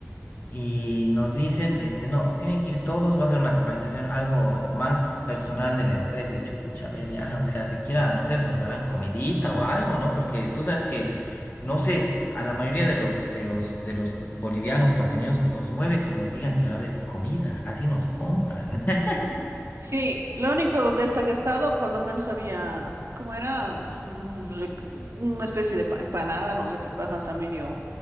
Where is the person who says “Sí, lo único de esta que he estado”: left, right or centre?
Right